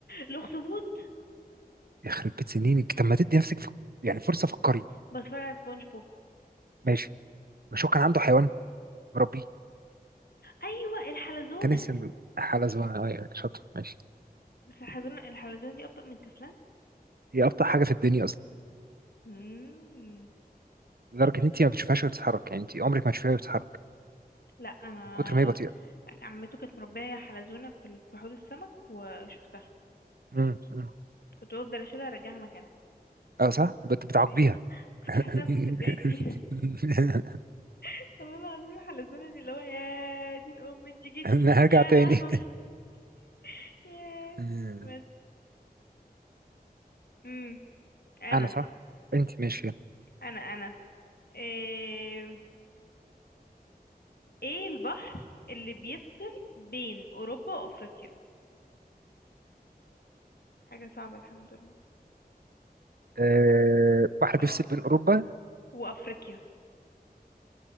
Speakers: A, on the left; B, on the right.
A: الاخطبوط
B: يخرب بيت سنينك طب ما تدي نفسك ف... يعني فرصه فكري
A: بتفرج على سبونج بوب
B: ماشي مش هو كان عنده حيوان مربيه
A: ايوه الحلزونة
B: كان اسم حاله زمان شاطر ماشي
A: بس الحلزون الحلزون دي أبطأ من الكسلان
B: هي ابطأ حاجه في الدنيا اصلا
A: مم.
B: لدرجه ان انت ما بتشوفهاش وهي بتتحرك يعني انت عمرك ما هتشوفيها وهي بتتحرك
A: لا أنا
B: من كتر ما هي بطيئه
A: عمته كانت مربية حلزونة في ال- في حوض السمك وشفتها
B: امم
A: كنت بفضل أشيلها أرجعها مكانها
B: اه صح بت- بتعاقبيها
A: بحس <laughs> كنت
B: <laughs>
A: حاسة بتسبلت دي <laughs> والله العظيم حلزونة دي اللي هو يا دين أم انت جيتي
B: <laughs> هرجع
A: يا
B: تاني
A: لهوي <laughs> يا
B: آه،
A: بس مم. أنا
B: انا صح انت ماشي يلا.
A: أنا أنا إيه... إيه البحر اللي بيفصل بين أوروبا وأفريقيا حاجة صعبة الحمد لله
B: أه بحر
A: هقول-
B: بيفصل بين اوروبا
A: وأفريقيا